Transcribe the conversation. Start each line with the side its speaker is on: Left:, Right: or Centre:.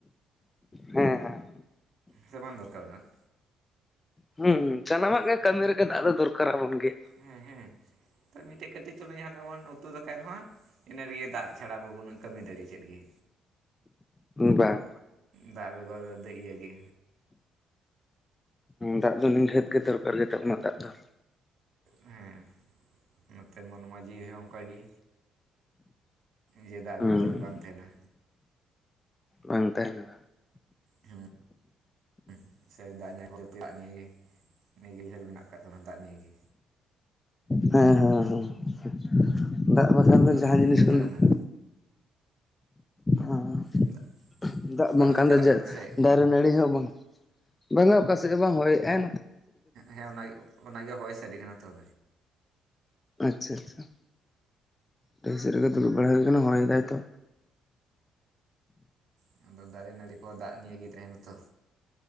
Left: ᱦᱮᱸ ᱦᱮᱸ᱾
Right: ᱥᱮ ᱵᱟᱝ ᱫᱚᱨᱠᱟᱨ ᱨᱮᱱᱟᱜ-
Left: ᱦᱩᱸ ᱦᱩᱸ ᱥᱟᱱᱟᱢᱟᱜ ᱜᱮ ᱠᱟᱹᱢᱤ ᱨᱮᱜᱮ ᱫᱟᱜ ᱫᱚᱨᱠᱟᱨ ᱟᱵᱚᱱ ᱜᱮ᱾
Right: ᱦᱮᱸ ᱦᱮᱸ ᱛᱚ ᱢᱤᱫᱴᱮᱡ ᱠᱟᱹᱴᱤᱡ ᱪᱩᱞᱩᱝ ᱡᱟᱦᱟᱱᱟᱜ ᱵᱚᱱ ᱩᱛᱩ ᱫᱟᱠᱟᱭ ᱨᱮᱦᱚᱸ᱾ ᱤᱱᱟᱹ ᱨᱮᱜᱮ ᱫᱟᱜ ᱪᱷᱟᱲᱟ ᱵᱟᱵᱚᱱ ᱠᱟᱹᱢᱤ ᱫᱟᱲᱮᱭᱟᱜ ᱪᱮᱫ ᱜᱮ᱾
Left: ᱵᱟᱝ
Right: ᱫᱟᱜ ᱵᱮᱜᱚᱨ ᱫᱚ ᱤᱭᱟᱹ ᱜᱮ᱾
Left: ᱫᱟᱜ ᱫᱚ ᱱᱤᱜᱷᱟᱹᱛ ᱜᱮ ᱫᱚᱨᱠᱟᱨ ᱜᱮᱛᱟ ᱵᱚᱱᱟ ᱫᱟᱜ ᱫᱚ᱾
Right: ᱦᱮᱸ ᱱᱚᱛᱮ ᱢᱚᱱᱢᱟ ᱡᱤᱣᱤ ᱦᱚᱸ ᱚᱱᱠᱟᱜᱮ ᱡᱮ ᱫᱟᱜ
Left: ᱦᱩᱸ
Right: ᱵᱮᱜᱚᱨ ᱜᱮ ᱵᱟᱝ ᱛᱟᱦᱮᱱᱟ᱾
Left: ᱵᱟᱝ ᱛᱟᱦᱮᱱᱟ᱾
Right: ᱦᱮᱸ ᱥᱮ ᱫᱟᱜ ᱡᱚᱛᱚᱣᱟᱜ ᱱᱤᱭᱮ ᱜᱮ᱾ ᱱᱤᱭᱟᱹ ᱜᱮᱞ ᱜᱷᱟᱹᱞ ᱢᱮᱱᱟᱜ ᱠᱟᱜ ᱵᱟᱱᱟ ᱫᱟᱜ ᱱᱤᱭᱮ ᱜᱮ᱾
Left: ᱦᱮᱸ ᱦᱮᱸ ᱦᱮᱸ ᱫᱟᱜ ᱵᱟᱠᱷᱟᱱ ᱫᱚ
Right: ᱚᱱᱟ
Left: ᱡᱟᱦᱟᱸ ᱡᱤᱱᱤᱥ
Right: ᱟᱹᱰᱤ ᱞᱮᱠᱟ
Left: ᱠᱚᱜᱮ-
Right: ᱚᱱᱟ
Left: ᱦᱚᱸ
Right: ᱫᱟᱜ
Left: ᱦᱚᱸ ᱫᱟᱜ
Right: ᱚᱠᱟ
Left: ᱵᱟᱝᱠᱷᱟᱱ
Right: ᱫᱚᱵᱮᱱ ᱪᱟᱞᱟᱜ
Left: ᱫᱚ ᱡᱮ
Right: ᱠᱟᱱᱟ ᱥᱮ
Left: ᱫᱟ- ᱨᱮ ᱱᱟᱹᱲᱤ ᱦᱚᱸ ᱵᱟᱝ, ᱵᱟᱝᱟ ᱚᱠᱟᱥᱮᱫ ᱦᱚᱸ ᱵᱟᱝ ᱦᱚᱭ ᱮ-ᱟᱭ᱾
Right: ᱦᱮᱸ ᱚᱱᱟᱜᱮ ᱚᱱᱟᱜᱮ ᱦᱚᱭ ᱥᱟᱰᱮ ᱠᱟᱱᱟ ᱛᱚ᱾
Left: ᱟᱪᱪᱷᱟ ᱟᱪᱪᱷᱟ ᱰᱟᱹᱦᱤ ᱥᱮᱫ ᱨᱮᱜᱮ ᱫᱩᱲᱩᱵ ᱵᱟᱲᱟ ᱦᱩᱭ ᱠᱟᱱᱟ ᱦᱚᱭ ᱫᱟᱭ ᱛᱚ᱾
Right: ᱦᱮᱸ ᱟᱫᱚ ᱫᱟᱨᱮ ᱱᱟᱹᱲᱤ ᱠᱚ ᱫᱟᱜ ᱱᱤᱭᱮ ᱜᱮ ᱛᱟᱦᱮᱱᱟ ᱛᱚ᱾